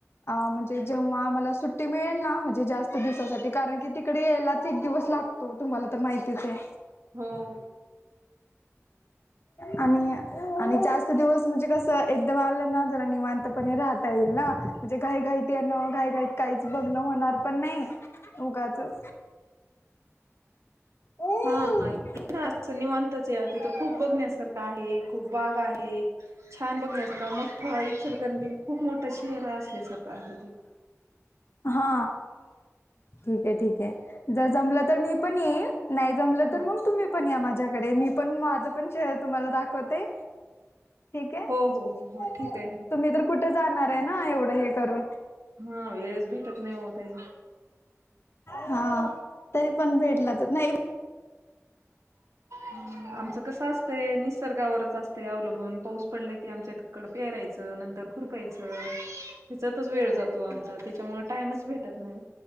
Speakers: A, on the left (about 55°); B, on the right (about 75°).
A: अ म्हणजे जेव्हा मला सुट्टी मिळेल ना म्हणजे जास्त दिवसासाठी कारण कि ती कडे यायलाच एक दिवस लागतो तुम्हाला तर माहितीच हाय.
B: हो
A: आणि आणि जास्त दिवस म्हणजे कस एकदा वालं ना जरा निवांतपणे राहता येईल ना म्हणजे घाई घाईती येन घाई घाईत काहीच बघण होणार पण नाही उगाचच हा
B: हा हाय कनई असं निवांताच या तिथं खूप बघण्यासारखं आहे खूप बागा आहेत छान बघण्यासारखं मोठ आहे ईचलकरंजी न खूप मोठा शहर असल्यासारखा आहे ते
A: हो का हा ठीक आहे ठीक आहे जर जमलं तर मी पण येईन नाही जमलं
B: ह
A: तर मग तुम्ही पण या माझ्या झ्याकडे मी पण माझं पण शहर तुम्हाला दाखवते ठीक आहे
B: हो हो हो हो ठीक आहे
A: तुम्ही तर कुठे जाणार आहे ना एवढं हे करून
B: हा वेळेच भेटत नाही ओ ताई
A: हा तरी पण भेटला तर नाही
B: हम्म आमचं कसं असतंय निसर्गावरच असतय अवलंबून पाऊस पडला की आमच्या इकडं पेहरायचं नंतर खुरपायचं त्याच्यातच वेळ जातो आमचा त्याच्यामुळे टाईमच भेटत नाही